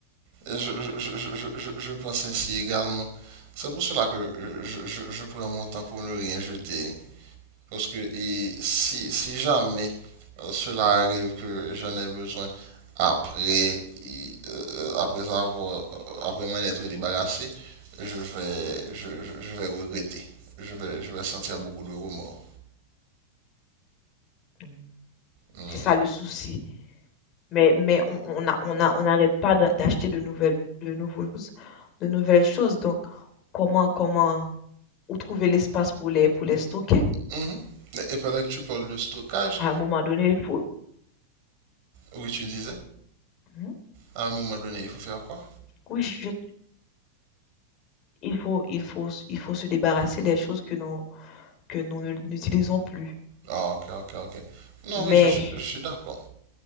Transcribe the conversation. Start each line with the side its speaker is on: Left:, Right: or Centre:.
Right: je, je, je, je, je- je pense ainsi également. C'est pour cela que euh, je, je, je prends mon temps pour ne rien jeter. Parce que et si, si jamais euh, cela arrive que j'en ai besoin après, et, euh, euh, après avoir, euh, après m'en être débarrassé, je vais, je, je- je vais regretter. Je vais, je vais sentir beaucoup de remords.
Left: Mm.
Right: Hmm.
Left: c'est ça le souci. Mais, mais on, on a, on a, on n'arrête pas d'a- d'acheter de nouvelles, de nouvelles, de nouvelles choses. Donc, comment, comment, où trouver l'espace pour les, pour les stocker?
Right: Mhm. Et, et pendant que tu parles de stockage,
Left: À un moment donné, il faut,
Right: oui, tu disais,
Left: Mhm.
Right: à un moment donné, il faut faire quoi?
Left: oui, je- il faut, il faut, il faut se débarrasser des choses que nous que nous ne- n'utilisons plus.
Right: Ah, ok, ok, ok. Non,
Left: Mais,
Right: oui, je, je suis d'accord.